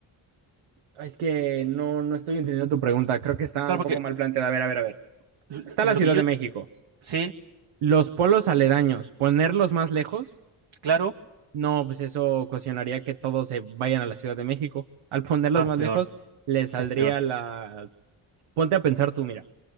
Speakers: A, on the right; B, on the right.
A: Es que no, no estoy entendiendo tu pregunta. Creo que está
B: Claro,
A: un poco
B: porque
A: mal planteada. A ver, a ver, a ver.
B: l-
A: Está
B: lo
A: la Ciudad
B: que yo...
A: de México.
B: Sí,
A: Los polos aledaños, ponerlos más lejos,
B: claro.
A: No, pues eso ocasionaría que todos se vayan a la Ciudad de México. Al ponerlos
B: Ah,
A: más
B: es peor,
A: lejos, les saldría
B: es peor.
A: la... Ponte a pensar tú, mira,